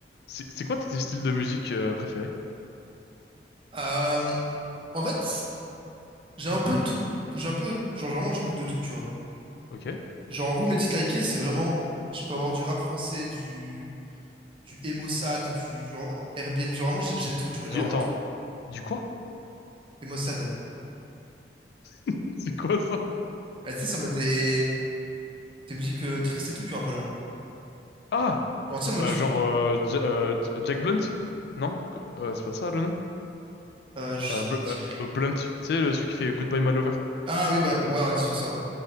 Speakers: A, on the left; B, on the right.
A: C'est c'est quoi tes styles de musique euh, préférés?
B: Euh, en fait, j'ai un peu de tout. J'ai un peu, genre, vraiment, j'écoute de tout, tu vois.
A: Ok.
B: Genre, en gros, mes titres likés, c'est vraiment, je peux avoir du rap français, du, du Emo Sad, du genre Airbnb. Genre, vraiment, j'ai j'ai tout, tu vois, j'ai
A: Du,
B: vraiment
A: attends,
B: tout.
A: du quoi?
B: Emo Sad.
A: <laughs> C'est quoi ça?
B: Bah, tu sais, c'est en mode des, des musiques euh, tristes et tout, tu vois, un peu genre.
A: Ah!
B: Genre, tu sais, en mode,
A: Euh,
B: je-
A: genre euh, J- euh, J- Jack Blunt? Non? Qu- euh, c'est pas ça le nom?
B: euh, je-
A: Euh,
B: ça
A: Bl-
B: me dit.
A: euh, euh, Blunt, tu sais, le- celui qui fait Goodbye My Lover.
B: Ah oui, ouais, ouais, ouais, disons ça, ouais.